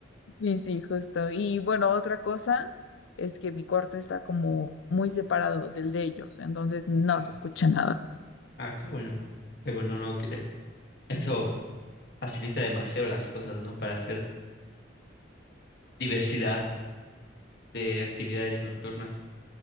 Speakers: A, on the left (about 80°); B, on the left (about 55°).
A: Sí, sí, justo. Y bueno, otra cosa es que mi cuarto está como muy separado del de ellos, entonces no
B: Ah,
A: se
B: ok.
A: escucha nada.
B: Ah, qué bueno. Qué bueno, ¿no? Que eso facilita demasiado las cosas, ¿no? Para hacer diversidad de actividades nocturnas.